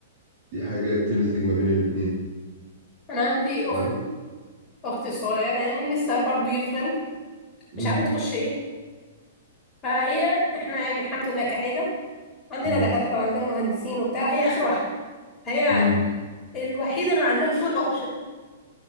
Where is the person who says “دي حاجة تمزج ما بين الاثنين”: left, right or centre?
Right